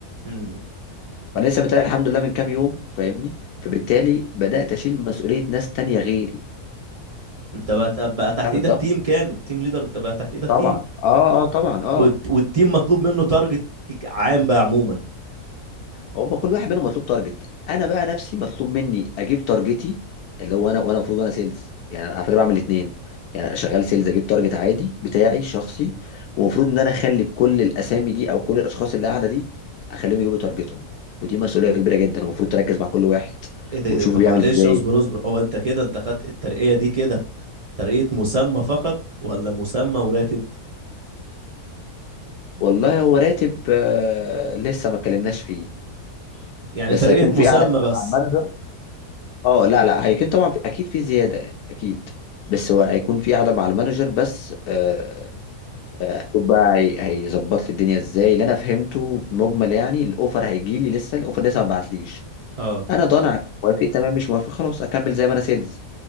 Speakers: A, on the right (about 35°); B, on the left (about 75°).
A: امم
B: وانا لسه بتلاقي الحمد لله من كام يوم فاهمني فبالتالي بدات اشيل مسؤوليه ناس تانية غيري
A: انت بقى بقى تحت
B: فاهم
A: ايدك
B: الضغط
A: تيم كامل تيم ليدر انت بقى تحت ايدك
B: طبعا
A: تيم
B: اه اه طبعا اه
A: والت- والتيم مطلوب منه تارجت عام بقى عموما
B: هما كل واحد منهم مطلوب تارجت انا بقى نفسي مطلوب مني اجيب تارجتي اللي هو انا وانا المفروض انا سيلز يعني انا على فكره بعمل الاثنين يعني أنا شغال سيلز اجيب تارجت عادي بتاعي شخصي ومفروض ان انا اخلي كل الاسامي دي او كل الاشخاص اللي قاعده دي اخليهم يجيبوا تارجتهم ودي مسؤوليه كبيره جدا المفروض تركز مع كل واحد
A: ايه ده
B: وتشوف
A: ايه ده طب
B: بيعمل
A: معلش
B: ازاي
A: اصبر اصبر هو انت كده انت خدت الترقية دي كده ترقية مسمى فقط ولا مسمى وراتب
B: والله هو راتب آه، لسه ما اتكلمناش فيه
A: يعني
B: بس
A: ترقية
B: هيكون
A: مسمى
B: في قاعده كده
A: بس
B: مع المانجر اه لا لا هيكون طبعا في اكيد في زياده يعني اكيد بس هو هيكون في قاعده مع المانجر بس آه، هشوف بقى هي- هيظبط لي الدنيا ازاي اللي انا فهمته مجمل يعني الاوفر هيجي لي لسه الاوفر لسه ما بعتليش
A: اه
B: انا ضامن عليه موافق تمام مش موافق خلاص اكمل زي ما انا سيلز